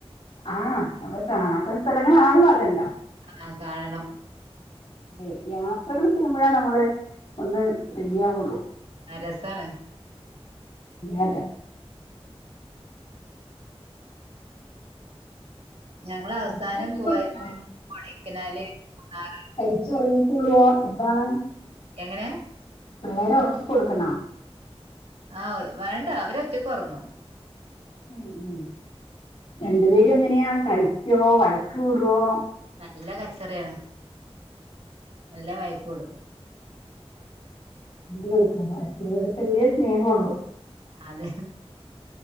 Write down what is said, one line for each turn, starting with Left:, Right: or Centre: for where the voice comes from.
Left: ആഹ നമ്മള് കാണാത്ത സ്ഥലങ്ങളാണല്ലോ അതെല്ലാം
Right: ആ കാണണം
Left: അ യാത്രകള് ചെയ്യുമ്പോഴേ നമ്മള് ഒന്ന് റെഡി ആവുള്ളൂ
Right: ആഹ് രസാണ്
Left: അതെ
Right: ഞങ്ങള് അവസാനം
Left: പിള്ളേരെ ഉറക്കി
Right: പോയത്
Left: കൊടുക്കണോ
Right: കൊടക്കനാല് മൂന്നാറ്
Left: പരിച്ചിറങ്ങിട്ടുള്ളുവോ എന്താണ്
Right: എങ്ങനെ
Left: പിള്ളേര് ഉറക്കി കൊടുക്കണ
Right: ആഹ് വേണ്ട അവരൊറ്റക്ക് ഉറങ്ങും
Left: ഉം ഉം രണ്ട് പേരും എങ്ങനെയാ കളിക്കുവോ വഴക്ക് കൂടുവോ
Right: നല്ല കച്ചറയാണ് നല്ല വഴക്ക് കൂടും
Left: രണ്ട് പേർക്കും വഴക്കുള്ളടുത്തല്ലേ സ്നേഹമുള്ളു
Right: അതെ